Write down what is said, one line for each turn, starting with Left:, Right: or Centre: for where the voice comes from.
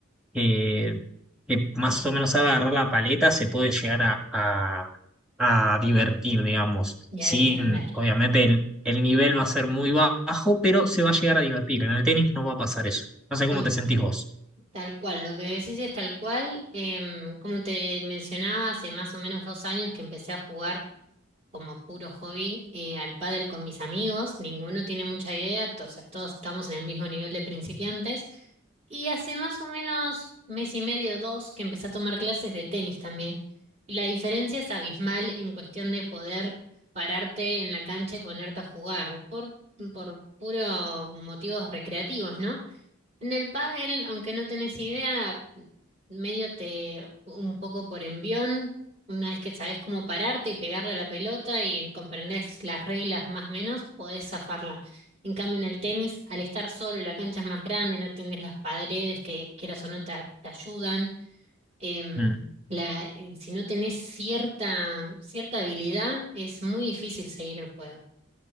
Centre: eh, que más o menos sabe agarrar la paleta, se puede llegar a, a- a divertir, digamos.
Right: Y
Centre: Sí,
Right: a defender.
Centre: obviamente el, el nivel va a ser muy bajo, pero se va a llegar a divertir. En el tenis no va a pasar eso. No sé
Right: Co-
Centre: cómo te sentís vos.
Right: Tal cual, lo que decís es tal cual. em, como te mencionaba, hace más o menos dos años que empecé a jugar como puro hobby eh, al pádel con mis amigos, ninguno tiene mucha idea, to- o sea, todos estamos en el mismo nivel de principiantes y hace más o menos mes y medio, dos, que empecé a tomar clases de tenis también. Y la diferencia es abismal en cuestión de poder pararte en la cancha y ponerte a jugar por, por puros motivos recreativos, ¿no? En el pádel, aunque no tenés idea, medio te un poco por envión, una vez que sabés cómo pararte y pegarle a la pelota y comprendés las reglas más o menos, podés zafarla. En cambio, en el tenis, al estar solo, la cancha es más grande, no tienes las paredes que quieras o no te, te ayudan. em,
Centre: Mm,
Right: la, eh, si no tenés cierta, cierta habilidad, es muy difícil seguir el juego.